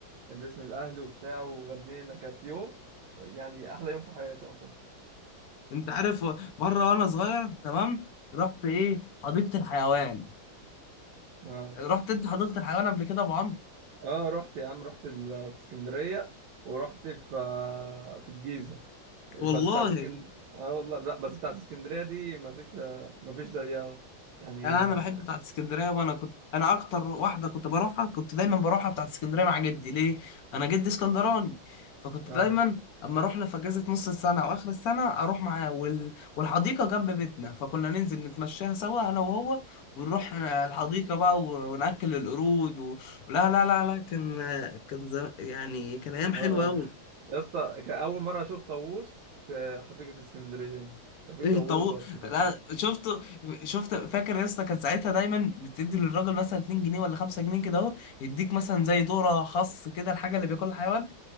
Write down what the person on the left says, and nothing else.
انت عارف و- مره وانا صغير تمام رحت ايه حديقه الحيوان
رحت انت حديقه الحيوان قبل كده يا ابو عمرو
والله
انا انا
بحب بتاعت اسكندريه وانا كنت انا اكتر واحده كنت بروحها كنت دايما بروحها بتاعت اسكندريه مع جدي ليه انا جدي اسكندراني فكنت
دايما اما اروح له في اجازه نص السنه او اخر السنه اروح معاه وال... والحديقه جنب بيتنا فكنا ننزل نتمشاها سوا انا وهو ونروح الحديقه بقى و... وناكل القرود و... لا لا لا لا كان كان زم... يعني كان ايام حلوه
قوي
ايه
طاووس
لا شفت شفت فاكر يا اسطى كان ساعتها دايما بتدي للراجل مثلا 2 جنيه ولا 5 جنيه كده اهو يديك مثلا زي دوره خاص كده الحاجه اللي بياكلها الحيوان